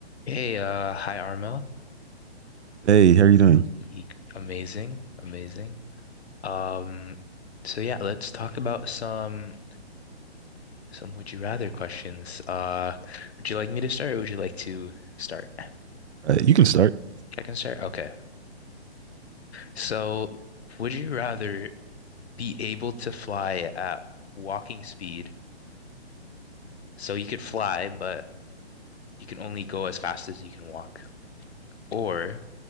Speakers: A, on the left (about 70°); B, on the right (about 90°).
A: Hey, uh, hi Arma.
B: Hey, how are you doing?
A: Ye- Amazing, amazing. Um, so yeah, let's talk about some some would you rather questions. Uh, would you like me to start or would you like to start?
B: Uh, you can start.
A: I can start. Okay. So, would you rather be able to fly at walking speed? So you could fly, but you can only go as fast as you can walk, or